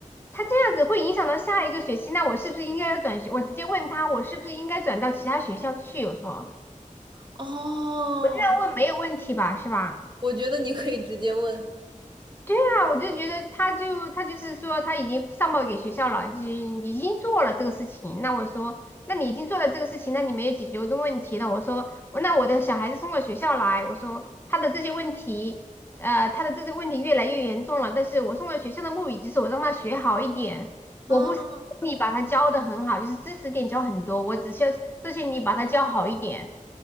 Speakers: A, on the left; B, on the right.
A: 他这样子会影响到下一个学期，那我是不是应该要转学？我直接问他，我是不是应该转到其他学校去？我说
B: 哦，
A: 那问没有问题吧，是吧？
B: 我觉得你可以直接问。
A: 对啊，我就觉得他就他就是说他已经上报给学校了，已经已经做了这个事情。那我说，那你已经做了这个事情，那你没有解决我的问题。那我说，我那我的小孩子送到学校来，我说他的这些问题，呃，他的这些问题越来越严重了。但是我送到学校的目的就是我让他学好一点，我不是你把他教的很好，
B: 啊，
A: 就是知识点教很多，我只需要这些你把他教好一点。